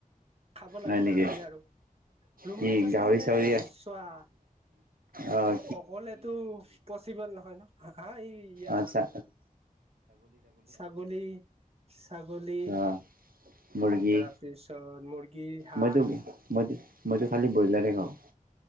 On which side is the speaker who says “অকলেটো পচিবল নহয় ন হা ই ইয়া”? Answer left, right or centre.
Right